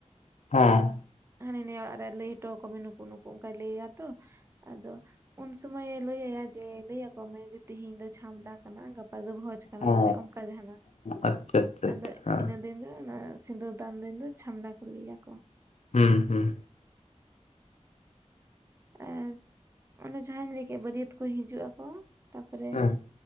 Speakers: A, on the left; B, on the right.
A: ᱦᱮᱸ
B: ᱦᱟᱱᱤ ᱱᱤᱭᱟᱹ ᱚᱲᱟᱜ ᱨᱮ ᱞᱟᱹᱭ ᱦᱚᱴᱚ ᱟᱠᱚ ᱢᱮ ᱱᱩᱠᱩ ᱱᱩᱠᱩ ᱚᱱᱠᱟᱭ ᱞᱟᱹᱭᱟ ᱛᱚ ᱟᱫᱚ ᱩᱱ ᱥᱚᱢᱟᱭᱮ ᱞᱟᱹᱭᱟᱭᱟ ᱡᱮ ᱞᱟᱹᱭ ᱟᱠᱚ ᱢᱮ ᱡᱮ ᱛᱤᱦᱤᱧ ᱫᱚ ᱪᱷᱟᱢᱰᱟ ᱠᱟᱱᱟ ᱜᱟᱯᱟ ᱵᱷᱚᱡᱽ ᱠᱟᱱᱟ
A: ᱚ
B: ᱵᱚᱞᱮ ᱚᱱᱠᱟ ᱡᱟᱦᱟᱱᱟᱜ
A: ᱟᱪᱪᱷᱟ ᱟᱪᱪᱷᱟ
B: ᱟᱫᱚ
A: ᱟᱪᱪᱷᱟ
B: ᱤᱱᱟᱹ ᱫᱤᱱ ᱫᱚ ᱚᱱᱟ ᱥᱤᱸᱱᱫᱩᱨ ᱫᱟᱱ ᱫᱤᱱ ᱫᱚ ᱪᱷᱟᱢᱰᱟ ᱠᱚ ᱞᱟᱹᱭᱟᱠᱚ
A: ᱦᱮᱸ ᱦᱮᱸ
B: ᱟᱨ ᱚᱱᱮ ᱡᱟᱦᱟᱸᱧ ᱞᱟᱹᱭ ᱠᱮᱫ ᱵᱟᱹᱨᱭᱟᱹᱛ ᱠᱚ ᱦᱤᱡᱩᱜ ᱟᱠᱚ ᱛᱟᱯᱚᱨᱮ᱾
A: ᱦᱮᱸ